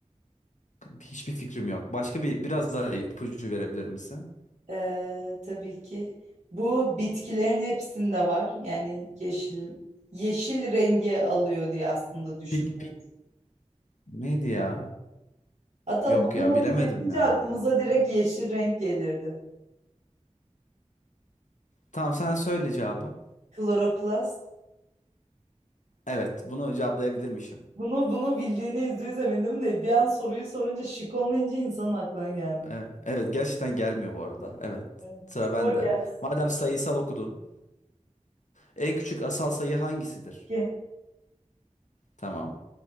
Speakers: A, on the left; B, on the right.
A: hiçbir fikrim yok. Başka bir biraz daha ipucu verebilir misin?
B: Ee, tabii ki. Bu bitkilerin hepsinde var. Yani yeşil yeşil rengi alıyor diye aslında düşünüyorum.
A: Pik pik neydi ya?
B: Hatta
A: Yok
B: bunun
A: ya
B: adı
A: bilemedim
B: geçince
A: ya.
B: aklımıza direkt yeşil renk gelirdi.
A: Tamam sen söyle cevabı.
B: Kloroplast.
A: Evet bunu cevaplayabilirmişim.
B: Bunu bunu bildiğine yüzde yüz eminim de bir an soruyu sorunca şık olmayınca insanın aklına gelmiyor.
A: Ee, evet gerçekten gelmiyor bu arada. Evet
B: Evet,
A: sıra bende.
B: sor gelsin.
A: Madem sayısal okudun. En küçük asal sayı hangisidir?
B: İki.
A: Tamam.